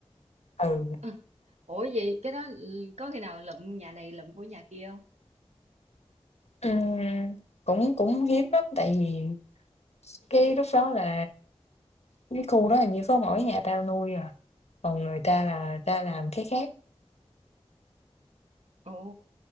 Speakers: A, on the left; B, on the right.
A: Ừ.
B: <laughs> Ủa vậy cái đó ừ, có khi nào lụm nhà này lụm của nhà kia không?
A: Ừm, cũng cũng hiếm lắm, tại vì cái lúc đó là cái khu đó hình như có mỗi nhà tao nuôi à, còn người ta là ta làm cái khác.
B: Ồ,